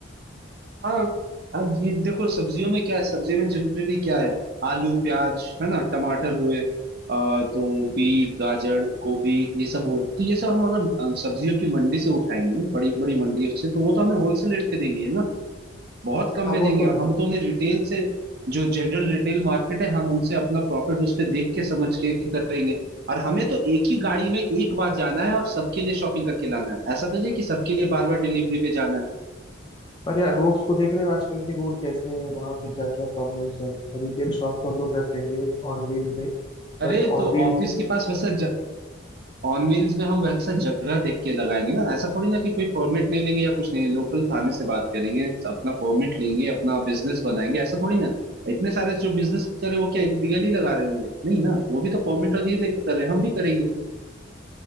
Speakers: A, on the right; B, on the left.
A: हाँ अब ये देखो सब्जियों में क्या है सब्जियों में जनरली क्या है आलू प्याज है ना टमाटर हुए आ, तो बीट गाजर गोभी ये सब हुए तो ये सब हम अगर अम, सब्जियों की मंडी से उठाएंगे बड़ी बड़ी मंडियों से तो वो तो हमें होलसेल रेट पे देंगे ना बहुत कम
B: हाँ
A: में
B: वो
A: देंगे
B: तो
A: और
B: है
A: हम तो उन्हें रिटेल से जो जनरल रिटेल मार्केट है हम उनसे अपना प्रॉफिट उस पे देख के समझ के करेंगे और हमें तो एक ही गाड़ी में एक बार जाना है और सबके लिए शॉपिंग करके लाना है ऐसा तो नहीं कि सबके लिए बार बार डिलीवरी पे जाना है
B: पर यार रोड्स को देख रहे हो आजकल के रोड कैसे हैं वहां पे क्या क्या प्रॉब्लम्स है रिटेल शॉप तो हम लोग रख लेंगे ऑन व्हील में बट
A: अरे तो
B: ऑन व्हील
A: ऑफिस
B: में
A: के पास वैसा ऑन व्हील्स में हम वैसा जगह देख के लगाएंगे ना ऐसा थोड़ी ना कि कोई परमिट नहीं लेंगे या कुछ नहीं लोकल थाने से बात करेंगे अपना परमिट लेंगे अपना बिजनेस बनाएंगे ऐसा थोड़ी ना इतने सारे जो बिजनेस कर रहे हैं, वो क्या इलीगली लगा रहे होंगे नहीं ना वो भी तो परमिट और ये लेके कर रहे हैं हम भी करेंगे